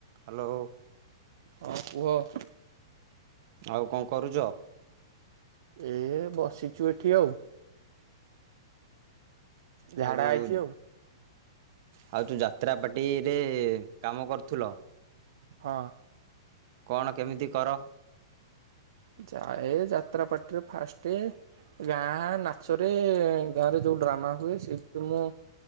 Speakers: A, on the right (about 55°); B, on the right (about 70°).
A: Hello.
B: ହୁଁ କୁହ।
A: ଆଉ କଅଁ କରୁଚ?
B: ଏ ବସିଛୁ ଏଠି ଆଉ। ଝାଡ଼ା
A: ଆଉ ଯୋଉ
B: ହେଇଛି ଆଉ
A: ଆଉ ଯୋଉ ଯାତ୍ରା ପାର୍ଟି ରେ କାମ କରୁଥିଲ?
B: ହଁ।
A: କଣ କେମିତି କର?
B: ଯାଏ ଯାତ୍ରା ପାଟିରେ ଫାଷ୍ଟ ଗାଁ ନାଚରେ ଗାଁ ରେ ଯୋଉ ଡ୍ରାମା ହୁଏ ସେଇଥିରେ ମୁଁ